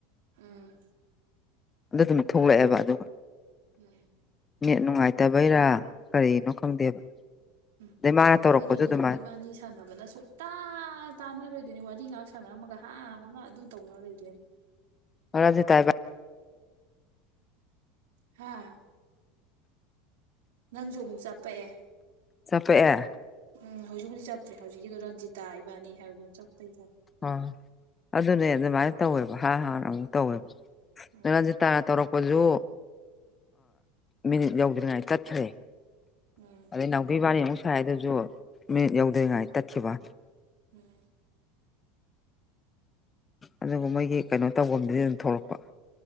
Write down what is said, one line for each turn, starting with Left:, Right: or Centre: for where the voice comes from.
Right: ꯎꯝ
Left: ꯑꯗꯨ ꯑꯗꯨꯝ ꯊꯣꯛꯂꯛꯑꯦꯕ ꯑꯗꯨꯒ
Right: ꯎꯝ
Left: ꯅꯦꯠ ꯅꯨꯡꯉꯥꯏꯇꯕꯩꯔꯥ ꯀꯔꯤꯅꯣ ꯈꯪꯗꯦꯕ
Right: ꯎꯝ
Left: ꯑꯗꯩ ꯃꯥꯅ ꯇꯧꯔꯛꯄꯁꯨ
Right: ꯑꯩꯈꯣꯏꯗꯣ ꯅꯣꯏ
Left: ꯑꯗꯨꯃꯥꯏꯅ
Right: ꯏꯕꯥꯅꯤ ꯁꯥꯟꯅꯕꯅ ꯁꯨꯡꯛꯇ ꯇꯥꯟꯅꯔꯣꯏꯗꯣꯏꯅꯤ ꯋꯥꯔꯤ ꯉꯥꯛ ꯁꯥꯟꯅꯔꯝꯃꯒ ꯍꯥ ꯍꯅ ꯑꯗꯨ ꯇꯧꯅ ꯂꯩꯗꯣꯏꯅꯦ
Left: ꯍꯔꯗꯤ ꯇꯥꯏꯕ
Right: ꯍꯥꯥ ꯅꯪꯁꯨ ꯑꯃꯨꯛ ꯆꯠꯄꯛꯑꯦ
Left: ꯆꯠꯄꯛꯑꯦ
Right: ꯎꯝ ꯍꯧꯖꯤꯛ ꯍꯧꯖꯤꯛ ꯆꯠꯇ꯭ꯔꯦ ꯍꯧꯛꯀꯤꯣ ꯔꯟꯖꯤꯇꯥ ꯏꯕꯥꯅꯤ ꯍꯥꯏꯕꯗꯨꯣ ꯆꯞꯄꯩ ꯆ꯭ꯔꯦ
Left: ꯑ ꯑꯗꯨꯅꯦ ꯑꯗꯨꯃꯥꯏꯅ ꯇꯧꯋꯦꯕ ꯍꯥꯥꯟ ꯍꯥꯟꯅ ꯑꯃꯨꯛ ꯇꯧꯋꯦꯕ
Right: ꯎꯝ
Left: ꯍꯔꯖꯤ ꯇ ꯇꯔꯛ ꯀꯁꯨ ꯃꯤꯅꯤꯠ ꯌꯧꯗ꯭ꯔꯤꯉꯥꯏ ꯆꯠꯈ꯭ꯔꯦ
Right: ꯎꯝ
Left: ꯑꯗꯩ ꯅꯥꯎꯈꯩ ꯋꯥꯔꯤꯕꯥꯃꯨꯛ ꯁꯥꯏ ꯑꯗꯨꯁꯨ ꯃꯤ ꯌꯧꯗ꯭ꯔꯤꯉꯥꯏ ꯇꯠꯈꯤꯕ
Right: ꯎꯝ
Left: ꯑꯗꯨꯒ ꯃꯣꯏꯒꯤ ꯀꯩꯅꯣ ꯇꯧꯐꯝꯗꯨꯗꯤ ꯑꯗꯨꯝ ꯊꯣꯛꯂꯛꯄ